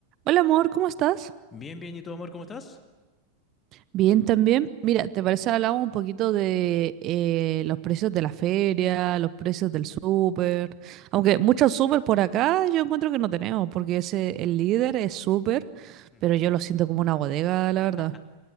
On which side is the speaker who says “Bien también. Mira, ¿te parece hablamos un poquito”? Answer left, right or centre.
Right